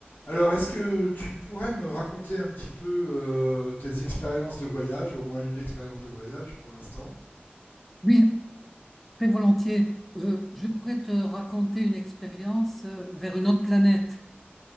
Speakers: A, on the left (about 55°); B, in the centre.
A: Alors, est-ce que tu pourrais me raconter un petit peu euh, tes expériences de voyage, au moins une expérience de voyage pour l'instant?
B: Oui, très volontiers. Euh, je pourrais te raconter une expérience euh, vers une autre planète